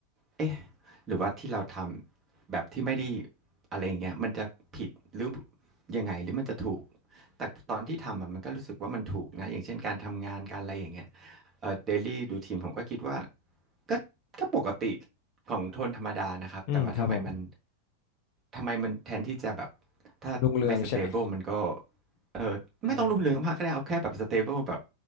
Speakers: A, on the right; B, on the left.
A: เอ๊ะหรือว่าที่เราทำแบบที่ไม่ได้อะไรอย่างเงี้ยมันจะผิดหรือยังไงหรือมันจะถูกแต่ตอนที่ทำอะมันก็รู้สึกว่ามันถูกนะอย่างเช่นการทำงานการอะไรอย่างเงี้ย เอ่อเดลี่ดูทีมผมก็คิดว่าก็ก็ปกติของโทนธรรมดานะครับแต่ว่าทำไมมัน
B: อืมครับผม
A: ทำไมมันแทนที่จะแบบถ้าไม่สเตเบิลมันก็
B: รุ่งเรืองใช่ไหม
A: เออไม่ต้องรุ่งเรืองมากก็ได้เอาแค่แบบสเตเบิลแบบ
B: เออ